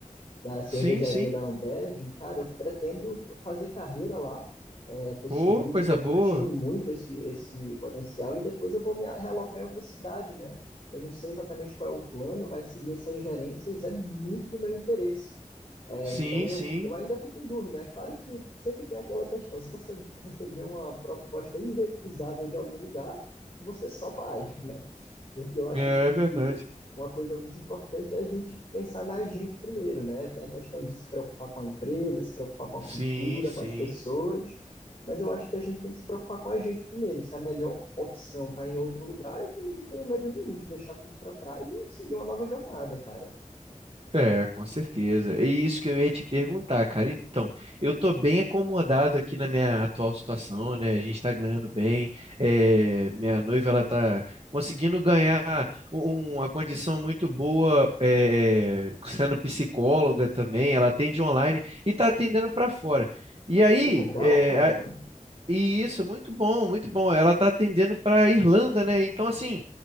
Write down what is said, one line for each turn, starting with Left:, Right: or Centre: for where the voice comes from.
Left: da cervejaria
Right: sim, sim.
Left: da Ambev. E, cara, eu pretendo to- fazer carreira lá. É, tô seguindo,
Right: Ô, coisa
Left: tô
Right: boa.
Left: curtindo muito esse, esse potencial e depois eu vou me realocar em outra cidade, né? Eu não sei exatamente qual é o plano, mas seguir essas gerências é muito do meu interesse. É,
Right: Sim,
Left: então eu,
Right: sim.
Left: eu ainda fico em dúvida. É claro que sempre tem aquela questão, se você receber uma proposta irrecusável de algum lugar, você só vai, <laughs> né? Porque eu acho
Right: É
Left: que
Right: verdade.
Left: uma coisa muito importante é a gente pensar na gente primeiro, né? Tem a questão de se preocupar com a empresa, se preocupar com a
Right: Sim,
Left: cultura,
Right: sim.
Left: com as pessoas, mas eu acho que a gente tem que se preocupar com a gente primeiro. E se a melhor opção está em outro lugar, eu também não tenho medo nenhum de deixar tudo para trás e seguir uma nova jornada, cara.
Right: É, com certeza. É isso que eu ia te perguntar, cara. Então, eu tô bem acomodado aqui na minha atual situação, né? A gente tá ganhando bem. é, minha noiva, ela tá conseguindo ganhar um- uma condição muito boa, é, sendo psicóloga também. Ela atende online e tá atendendo para fora. E aí,
Left: Que legal,
Right: é,
Left: cara.
Right: e isso, é muito bom, muito bom. Ela está atendendo para a Irlanda, né? Então, assim,